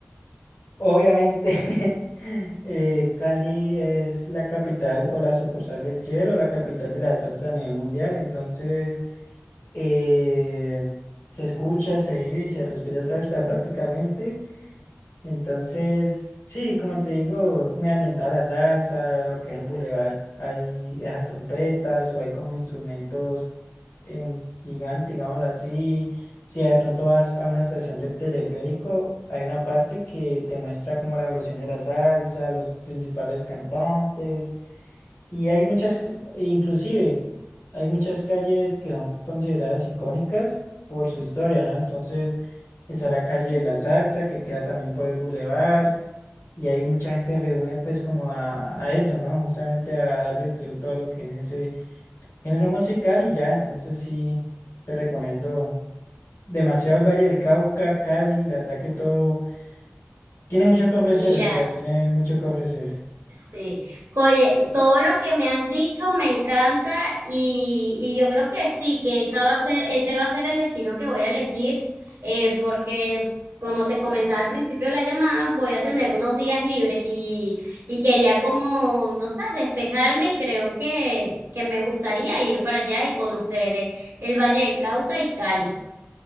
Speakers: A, on the left; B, on the right.
A: Obviamente, <laughs> eh, Cali es la capital o la sucursal del cielo, la capital de la salsa a nivel mundial, entonces eh, se escucha, se vive y se respira salsa prácticamente Entonces, sí, como te digo, muy ambientada la salsa, lo que es el bulevar, hay esas trompetas o hay como instrumentos en gigante, digámoslo así. Si de pronto vas a una estación de teleférico, hay una parte que te muestra como la evolución de la salsa, los principales cantantes. Y hay muchas, cl- e inclusive, hay muchas calles que son consideradas icónicas por su historia, ¿no? Entonces, está la calle
B: Mm,
A: de la Salsa, que queda también por el bulevar, y ahí mucha gente reúne pues como a, a eso, ¿no? Justamente a darle tributo a lo que es ese género musical y ya, entonces sí, te recomiendo demasiado el Valle del Cauca, Cali, la verdad que todo tiene mucho que ofrecer,
B: Mira.
A: o sea, tiene mucho que ofrecer.
B: Sí, oye, todo lo que me has dicho me encanta y, y yo creo que sí, que esa va a ser, ese va a ser el destino que voy a elegir, eh, porque como te comentaba al principio de la llamada, voy a tener unos días libres y, y quería como, no sé, despejarme y creo que, que me gustaría ir para allá y conocer eh, el Valle del Cauca y Cali.